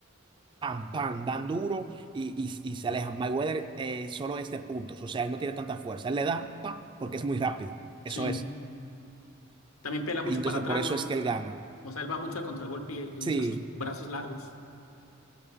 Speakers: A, on the right; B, on the left.
A: pam, pam, dan duro y, y, y se alejan. Mayweather eh, solo es de puntos, o sea, él no tiene tanta fuerza. Él le da, pa, porque es muy rápido.
B: sí.
A: Eso es.
B: También pela mucho
A: Y Entonces,
B: para atrás,
A: por eso
B: ¿no?
A: es que él gana.
B: O sea, él va mucho al contragolpe y, y
A: Sí,
B: usa sus brazos largos.